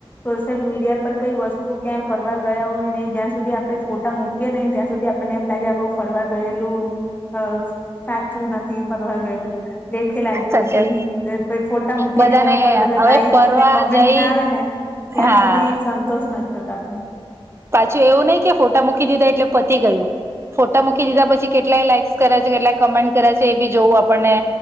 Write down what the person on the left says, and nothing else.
સોશિયલ મીડિયા પર કઈ વસ્તુ ક્યાંય ફરવા ગયા હોય ને એ જ્યાં સુધી આપડે ફોટા મુક મુકીએ નઈ ને ત્યાં સુધી આપણને એમ લાગે આપડું ફરવા ગયેલું અ સાચું નથી ફરવા ગયેલું લેખે લાગ્યું
નથી. અ પછી ફોટ ટા મૂકીએ
ને એના ઉપર બધા
લાઈકસ
ને કમેન્ટને
આવે ને ત્યાં
સુધી સંતોષ નથ તો થાતો.